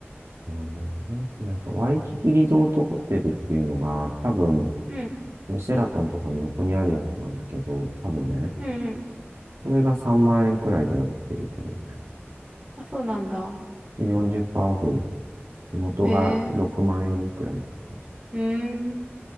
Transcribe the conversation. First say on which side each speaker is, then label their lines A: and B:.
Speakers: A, on the right (about 85°); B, on the right (about 35°).
A: そうなんだよね。なんか、ワイキキリゾートホテルっていうのが、多分、
B: うん
A: シェラトンとかの横にあるやつなんだけど、多分ね、
B: うんうん。
A: これが3万円くらいでは出てるけどね。
B: あ、そうなんだ。
A: で、40%オフ。元が6万円くらいって感じ。
B: へえ、うーん。